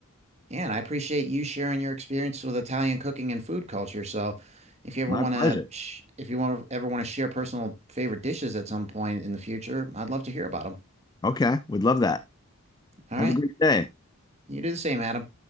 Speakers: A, on the right (about 30°); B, on the left (about 20°).
A: Yeah, and I appreciate you sharing your experience with Italian cooking and food culture. So, if you ever
B: My
A: want to,
B: pleasure.
A: sh if you want ever want to share personal favorite dishes at some point in the future, I'd love to hear about them.
B: Okay, would love that.
A: All
B: Have
A: right,
B: a great day.
A: you do the same, Adam.